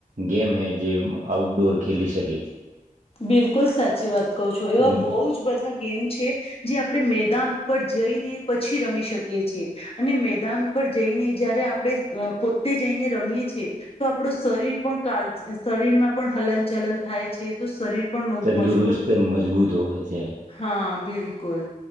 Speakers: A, on the right; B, on the left.
A: ગેમ હૈ જે આઉટડોર ખેલી શકે છે.
B: બિલકુલ સાચી વાત. કહો છો એવા
A: હમ
B: બઉ જ બધા. ગેમ છે, જે આપણે મેદાન ઉપર જઈને પછી રમી શકીએ છેએ, અને મેદાન ઉપર જઈને જયારે આપણે પોતે જઈને રમીએ છીએ, તો આપડું શરીર પણ કળ શરીરમાં પણ હલન ચલન થાય. છે તો શરીર પણ મ
A: તંદુરસ્ત
B: મજબૂત
A: મજબૂત હોવે છે.
B: હા બિલકુલ.